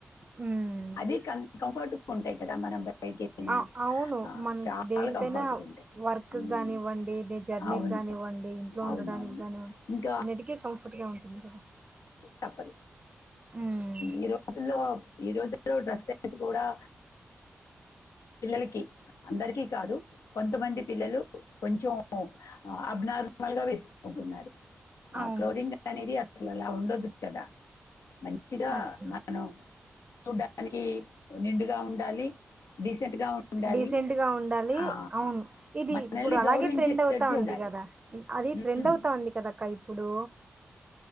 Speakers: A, on the right; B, on the left.
A: ఉమ్
B: అది కంఫర్ట్గా ఉంటాయి కదా మనం బయటికి వెళ్ళినా
A: అ అవును
B: ఆ,
A: మన
B: చాలా
A: దేనికైనా
B: కంఫర్ట్ గా ఉంటాయి
A: వర్క్
B: ఉమ్,
A: కానివ్వండి జర్నీకి
B: అవును
A: కానివ్వండి ఇంట్లో
B: అవును
A: ఉండడానికి
B: అవును
A: కానివ్వండి
B: ఇంకా
A: అన్నిటికీ కంఫర్ట్గా ఉంటుంది
B: చెప్పండి
A: ఉమ్
B: ఈ రోజుల్లో ఈ రోజుల్లో డ్రసెస్ కూడఆ పిల్లలకి అందరికీ కాదు కొంతమంది పిల్లలు కొంచెం అబ్ నార్మల్గా వేసుకుంటున్నారు ఆ
A: అవును
B: క్లోరిన్ అనేది అసలలా ఉండో దచ్చదా మంచిగా
A: అది
B: మనం దానికి ఉండెండుగా ఉండాలి డీసెంట్ గా ఉండాలి
A: డీసెంట్ గా ఉండాలి
B: ఆ,
A: అవును ఇది
B: మనల్ని
A: ఇప్పుడు అలాగే
B: గౌరవించేటట్లు
A: ట్రెండ్ అవుతు అవుతాంది
B: ఉండాలి
A: కదా అది ట్రెండ్
B: ఉమ్,
A: అవుతాంది కదా అక్క ఇప్పుడు